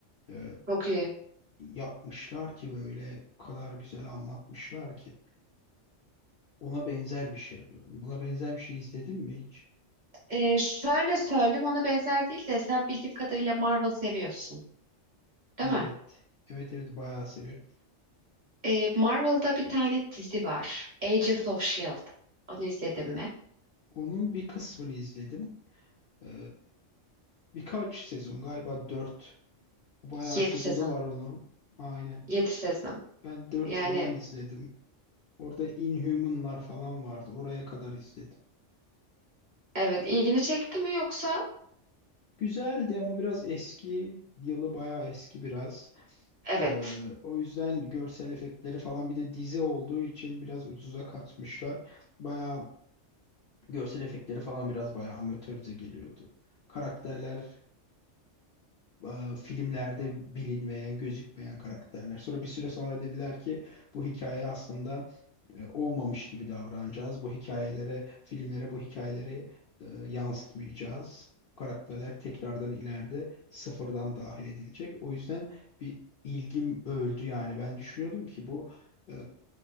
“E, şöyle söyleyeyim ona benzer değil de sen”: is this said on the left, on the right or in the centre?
Right